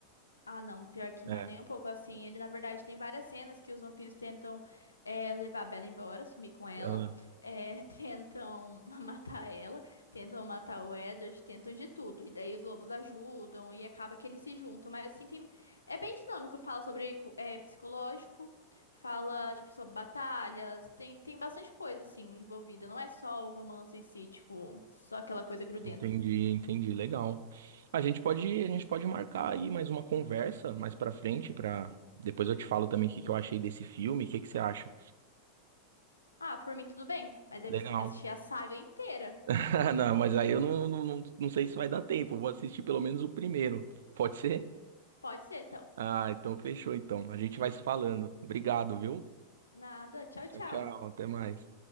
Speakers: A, on the left (about 75°); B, on the right (about 60°).
A: Ah, não, pior que
B: É,
A: não é nem um pouco assim. Ele, na verdade, tem várias cenas que os vampiros tentam é, levar a Bella embora, sumir com ela,
B: ah,
A: é, <laughs> tentam matar ela, tentam matar o Edward, tentam de tudo. E daí os lobos ajudam e acaba que eles se juntam. Mas assim, tem... é bem dinâmico. Fala sobre é, psicológico, fala tipo, sobre batalhas, tem, tem bastante coisa assim envolvida. Não é só o romance em si, tipo, só aquela coisa grudenta.
B: entendi, entendi. Legal. A gente pode, a gente pode marcar aí mais uma conversa mais pra frente, para Depois eu te falo também o que que eu achei desse filme, o que que você acha?
A: Ah, por mim tudo bem, mas aí
B: Legal.
A: você tem que assistir a saga inteira.
B: <laughs> Não, mas aí eu não, não, não, não sei se vai dar tempo. Eu Vou assistir pelo menos o primeiro. Pode ser?
A: Pode ser, então.
B: Ah, então fechou então. A gente vai se falando. Obrigado, viu?
A: Nada. Tchau,
B: Tchau,
A: tchau.
B: tchau. Até mais.